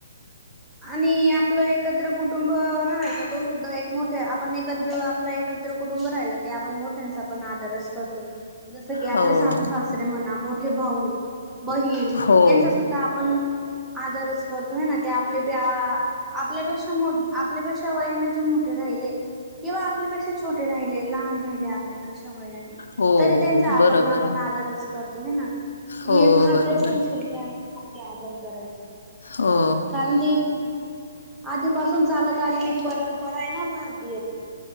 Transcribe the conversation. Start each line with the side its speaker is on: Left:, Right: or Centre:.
Centre: आणि आपलं एकत्र कुटुंब राहायचा तो सुद्धा एक मोठा आपण एकत्र आपला एक एकत्र कुटुंब राहिला की, आपण मोठ्यांचा पण, आदरच करत जस की, आपले
Left: हो,
Centre: सासू सासरे म्हणा, मोठे भाऊ बहीण
Left: हो.
Centre: यांचा सुद्धा आपण आदरच करतो ह ना. त्या आपल्या आपल्यापेक्षा मोठ आपल्यापेक्षा वयाने जे मोठे राहिले. किंवा आपल्यापेक्षा छोटे राहिलेले. लहान राहिले आपल्यापेक्षा वयाने
Left: हो
Centre: तरी त्यांचा आपण
Left: बरोबर
Centre: आपण
Left: आहे.
Centre: आदरच करतो हे ना.
Left: हो
Centre: ही एक भारतीय
Left: बरोबर
Centre: संस्कृती
Left: आहे.
Centre: आहे, आपली आदर करायची.
Left: हो.
Centre: कारण ती आधीपासून चालत आलेली परंपरय ना, भारतीय ती.